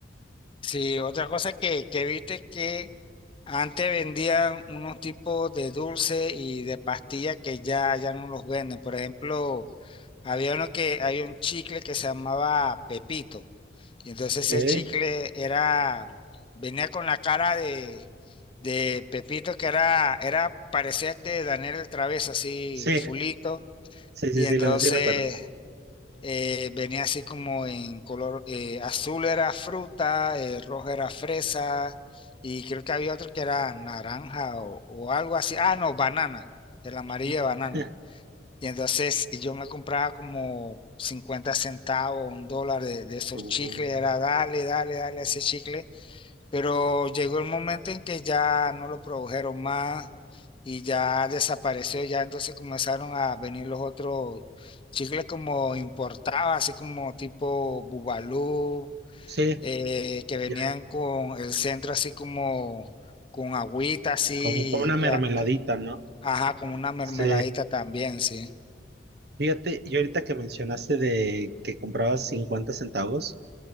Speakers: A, on the left; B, on the right.
A: Sí, otra cosa que, que viste es que antes vendían unos tipos de dulce y de pastillas que ya, ya no los venden. Por ejemplo, había uno que, había un chicle que se llamaba Pepito. Y entonces
B: ¿Eh?
A: ese chicle era, venía con la cara de, de Pepito, que era, era, parecía este Daniel el Travieso, así
B: Sí,
A: fulito.
B: sí, sí,
A: Y
B: sí,
A: entonces
B: lo sí recuerdo.
A: eh, venía así como en color, eh, azul era fruta, eh, rojo era fresa, y creo que había otro que era naranja o, o algo así. Ah, no, banana, el amarillo
B: <laughs>
A: de banana. Y entonces y yo me compraba como 50 centavos, un dólar de, de esos
B: Ujú.
A: chicles,
B: Mm,
A: era dale, dale, dale a ese chicle, pero llegó el momento en que ya no lo produjeron más y ya desapareció, ya entonces comenzaron a venir los otros chicles como importados, así como tipo Bubalú,
B: Sí,
A: eh, que venían
B: ya,
A: con el centro así como con agüita, así,
B: como, como una mermeladita,
A: a-
B: ¿no?
A: ajá, con una mermeladita
B: Sí.
A: también, sí.
B: Fíjate, y ahorita que mencionaste de que comprabas 50 centavos,